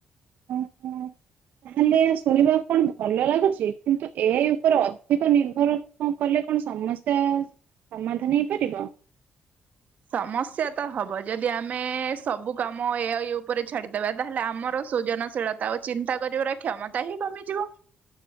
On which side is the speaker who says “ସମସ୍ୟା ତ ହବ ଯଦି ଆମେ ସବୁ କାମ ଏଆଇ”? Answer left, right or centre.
Right